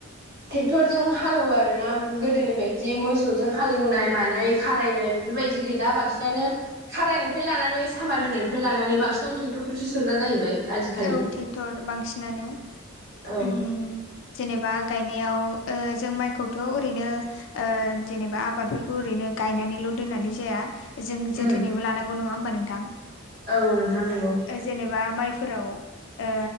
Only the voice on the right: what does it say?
ट्रेक्टरजों हालेवो आरो ना गोदोनि बायदि मोसौजों हालेवनाय मानाय खारायनाय बेफोरबायदि गैला बांसिनानो खाराइनिफ्राय लानानै सामार होनायनिफ्राय लानानै बांसिनानो ट्रेक्टरखौसो सोग्रा जाहैबाय। आजिखालि
औ
उम
औ नोंथां नंगौ।